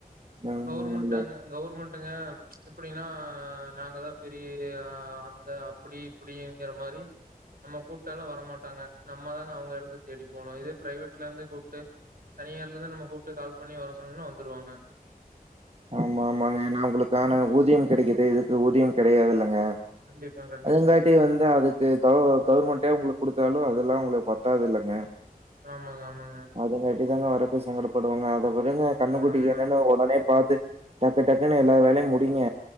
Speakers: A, on the right; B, on the right.
A: ம்
B: கவர்மெண்ட்
A: ஆமா.
B: கவுர்மெண்ட்டுங்க இப்பிடின்னா நாங்கதா பெரிய அந்த அப்பிடி இப்பிடி ங்குற மாரி நம்ம கூப்ட்டாலு வரமாட்டாங்க நம்ம தாங்க அவங்க எடுத்து தேடி போணு இதே பிரைவேட்லருந்து கூப்ட்டு தனியார்லருந்து நம்ம கூப்ட்டு கால் பண்ணி வர சொன்னா வந்துருவாங்க
A: ஆமாமாங்க ஏன்னா அவுங்களுக்கான ஊதியோ கெடைக்குது இதுக்கு ஊதியம் கெடையாதுல்லங்க
B: கண்டிப்பா, கண்டிப்பாங்க.
A: அதுங்காட்டி வந்து அதுக்கு க கவர்மெண்டே உங்களுக்கு குடுத்தாலு அதெல்லா உங்களுக்கு பத்தாதுல்லைங்க
B: ஆமாங்க ஆமாங்க
A: அதுங்காட்டி தாங்க வரப்பே சங்கடப்படுவாங்க அத விடுங்க கன்னுக்குட்டிக்கு
B: ஆமாங்க.
A: என்னென்னு ஒடனே பாத்து டக்கு டக்குன்னு எல்லா வேலையு முடியுங்க